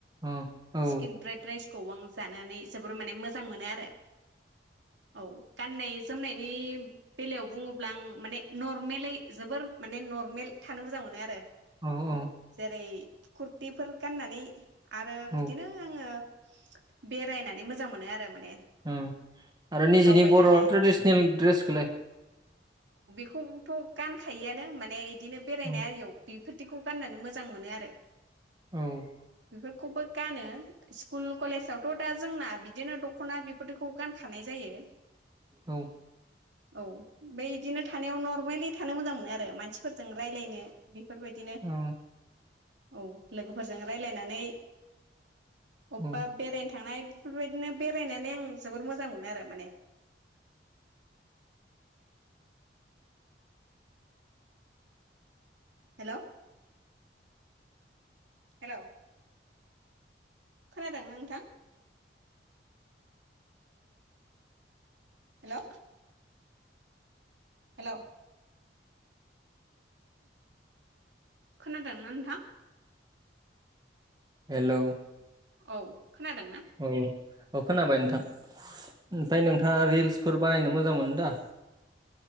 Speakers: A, on the right; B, on the right.
A: ओ औ
B: स्किन ब्राइट राइस खौ आं जानानै जोबोर माने मोजां मोनो आरो। औ। गाननाय जोमनायनि बेलायाव बुङोब्ला आं माने नरमेलै जोबोर माने नर्मेल थानो मोजां मोनो आरो।
A: औ औ
B: जेरै कुरतिफोर गाननानै। आरो बिदिनो
A: औ
B: आङो बेरायनानै मोजां मोनो आरो माने।
A: उम आरो निजिनि
B: दावबायनानै
A: बर' ट्रेडिसनेल ड्रेसखोलाय
B: खौबथ' गानखायोआनो माने दिनो बेरायनाय
A: औ
B: आरियाव बिब फोरथिखौ गाननानै मोजां मोनो आरो।
A: औ।
B: बेफोरखौबो गानो। स्कुल कलेजावथ' दा जोंना बिदि बिदिनो दखना बेखौ गानखानाय जायो।
A: औ।
B: औ ओमफ्राय इदिनो थानायाव नरमेलि थानो मोजां मोनो आरो मानसिफोरजों रायज्लायनो। बेफोरबायदिनो
A: औ
B: औ लोगोफोर जों रायलायनानै अबेबा
A: औ
B: बेरायनो थांनाय बेफोरबायदिनो बेरायनानै आं जोबोर मोजां मोनो आरो माने। हेलौ हेलौ खोनादोंना नोंथां हेलौ हेलौ खोनादोंना नोंथां
A: हेलौ
B: औ। खोनादों ना
A: औ औ खोनाबाय नोंथां। ओमफ्राय नोंथाङा रिल्स फोर बानायनो मोजां मोनोदा